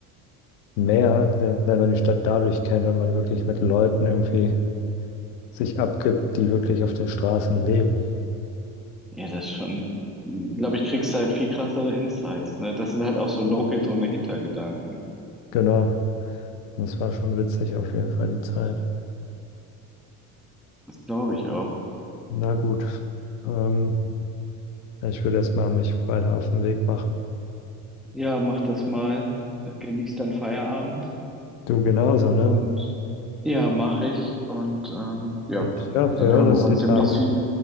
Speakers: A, on the left (about 80°); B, in the centre.
A: mehr, wenn, wenn man die Stadt dadurch kennt, wenn man wirklich mit Leuten irgendwie sich abgibt, die wirklich auf den Straßen leben.
B: Ja, das ist schon, glaube ich, kriegst du halt viel krassere Insights, ne? Das sind halt auch so Locals ohne Hintergedanken.
A: Genau. Und es war schon witzig auf jeden Fall die Zeit.
B: Das glaube ich auch.
A: Na gut. Ähm, ich würde erstmal mich weiter auf den Weg machen.
B: Ja, mach das mal. Genieß deinen Feierabend.
A: Du genauso,
B: Und
A: ne?
B: ja, mache ich. Und ähm, ja,
A: Und ja,
B: dann
A: wir hören
B: hören
A: uns
B: wir uns
A: die Tage.
B: demnächst wieder.